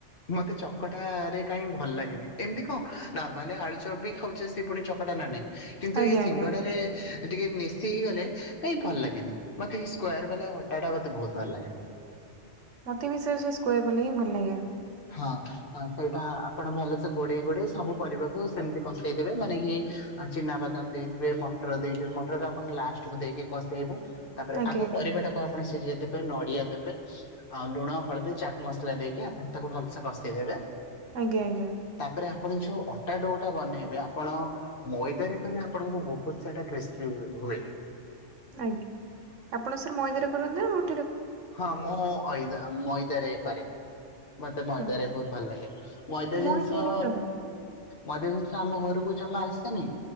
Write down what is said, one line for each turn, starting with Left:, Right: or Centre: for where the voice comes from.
Left: ମତେ ଚକଟାରେ କାହିଁ ଭଲ ଲାଗେନି। ଏମତି କଣ ନରମାଲି ଆଳୁଚପ ବି ଖାଉଛେ, ସେ ପୁଣି ଚକଟା ନା ନାଇଁ। କିନ୍ତୁ
Right: ଆଜ୍ଞା
Left: ଏଇ ସିଙ୍ଗଡ଼ାରେ
Right: ଆଜ୍ଞା
Left: ଟିକେ ନେସି ହେଇଗଲେ, କାହିଁ ଭଲ ଲାଗେନି। ମତେ ଏଇ ସ୍କୋୟାର ବାଲା ଘଟାଟା ମତେ ବହୁତ ଭଲ ଲାଗେ। <inaudible>
Right: ମତେ ବି ସେ-ସେଇ ସ୍କୋୟାର ବାଲା ହିଁ ଭଲ ଲାଗେ।
Left: ହଁ <unintelligible> ଆପଣ ଭଲ ଘୋଡେଇ ଘୋଡେଇ ସବୁ ପରିବାକୁ ସେମତି କଷେଇଦେବେ, ମାନେ କି ଚିନାବାଦାମ ଦେଇଥିବେ, ମଟର ଦେଇ ସେଇ ମଟରଟା ଆପଣ ଲାଷ୍ଟକୁ ଦେଇକି କଷେଇବେ, ତାପରେ
Right: ଆଜ୍ଞା
Left: ଆଗ
Right: ଆଜ୍ଞା
Left: ପରିବାଟାକୁ ଆପଣ ସିଝେଇ ଦେବେ ପାଇଁ ନଡିଆ ଦେବେ, ଆଉ ଲୁଣ, ହଳଦୀ, ଚାଟ୍ ମସଲା ଦେଇକି ଆପଣ ତାକୁ ଭଲସେ କଷେଇଦେବେ
Right: ଆଜ୍ଞା ଆଜ୍ଞା ଆଜ୍ଞା।
Left: ତାପରେ ଆପଣ ଯୋଉ ଅ ଅଟା ଡୋଟା ବନେଇବେ, ଆପଣ ମଇଦାରେ କଲେ ଆପଣଙ୍କୁ ବହୁତ ସାରା କ୍ରିସ୍ପି ହୁ-ହୁଏ।
Right: ଆଜ୍ଞା। ଆପଣ ସାର୍ ମଇଦାରେ କରନ୍ତି ନା ରୁ
Left: ହଁ ମୁଁ ମୁଁ ମଇଦା ରେ କରେ ମତେ ମଇଦା
Right: ହଁ
Left: ରେ ବହୁତ ଭଲ ଲାଗେ ମଇଦା
Right: ମଇଦାରେ
Left: ଜିନିଷ
Right: ତ
Left: ମଇଦା ଜିନିଷ ଆମ ଘରକୁ ଜମା ଆସେନି